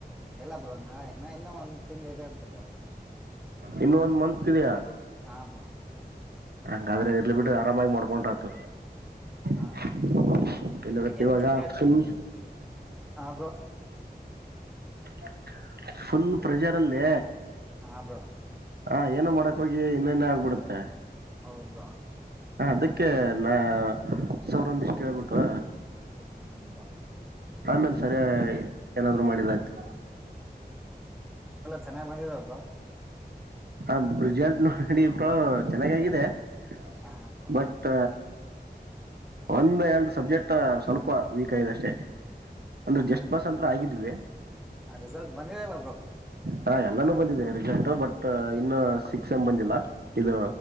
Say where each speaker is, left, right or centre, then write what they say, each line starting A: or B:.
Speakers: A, in the centre; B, on the right.
A: ಎಲ್ಲ ಬ್ರೋ ನಾಳ ಇನ್ನು ಇನ್ನೊ ಒಂದ್ ತಿಂಗ್ಳ ಇದೆ ಅಂತದ
B: ಇನ್ನ ಒಂದ್ ಮಂತ್ ಇದೆಯಾ
A: ಹಾಬಾ
B: ಹಂಗಾದ್ರೆ ಇರ್ಲ್ ಬಿ್ರ ಆರಾಮಾಗಿ ಮಾಡ್ಕೊಂಡ್ರತ
A: ಹಾ
B: <inaudible>
A: ಹಾ
B: ಇಲ್ಲ ಬತ್ತೆವಾಗರು
A: ಏನ್ ಕ್ರಿಕೆಟ್ ಹಾ ಬ್ರೋ
B: <inaudible> ಫುಲ್ ಪ್ರೆಷರ್ ಅಲ್ಲಿ
A: ಹಾ ಬ್ರೋ
B: ಹಾ ಏನೋ ಮಾಡಕ್ ಹೋಗಿ ಇನ್ನ ಇನ್ನ ಆಗ್ಬಿಡುತ್ತೆ
A: ಹೌದಾ
B: ಹ ಅದಕ್ಕೆ ನಾ ಸರಂದಿಷ್ಟ್ ಕೇಳ್ಬಿಟ್ಟು
A: ಹಾಬಾ
B: ಆಮೇಲ್ ಸರಿಯ ಏನಾದ್ರು ಮಾಡಿಲ್ಲ ಆಯ್ತು
A: ಚೆನ್ನಾಗಿ್ ಬಂದಿದೆ ಒಬ್ಬ <inaudible>
B: ಹಾ ಬ್ರಿಜಾಟ್ ನೋಡಿ ಇಬ್ರ ಚೆನ್ನಾಗ ಆಗಾಗಿದೆ <inaudible>
A: ಹಾ ಬ್ರೋ
B: ಬಟ್ ಒಂದ ಎರಡು ಸಬ್ಜೆಕ್ಟ್ ಸ್ವಲ್ಪ ವೀಕ್ ಆಗಿದೆ ಅಷ್ಟೇ ಅಂದ್ರೆ ಜಸ್ಟ್ ಬಸ್ ಅಂತತ್ರ ಆಗಿದ ಇುವೆ
A: ಆ ರಿಸಲ್ಟ್ ಬಂದಿದೆಲ್ಲಬ್ರು
B: ಹಾ ಎಲ್ಲಾನು ಬಂದಿದೆರಿಂ ಬಟ್ ಇನ್ನು ಸಿಕ್ಸ್ ಎಮ್ ಬಂದಿಲ್ಲ ಇದು